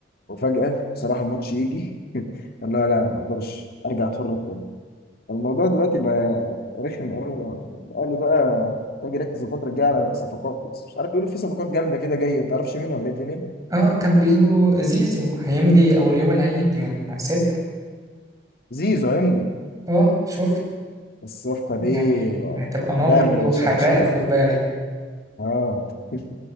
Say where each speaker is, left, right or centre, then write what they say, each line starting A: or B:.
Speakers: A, on the left; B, on the right.
A: وفجأة بصراحة الماتش يجي <laughs> لا لا ما أقدرش أرجع أتفرج تاني الموضوع دلوقتي بقى رخم أوي يعني الأهلي بقى باجي أركز الفترة الجاية على صفقات بس مش عارف بيقولوا في صفقات جامدة كده جاية متعرفش مين ولا إيه الدنيا
B: اه كان بيقولوا زيزو هيمضي اول يوم العيد يوم ستة
A: زيزو هيمضي
B: اه شفت
A: بس الصفقة
B: يعني
A: دي
B: هتبقى نار
A: هتعمل
B: دي وحراقة
A: شطشطة
B: خد بالك
A: آه <laughs>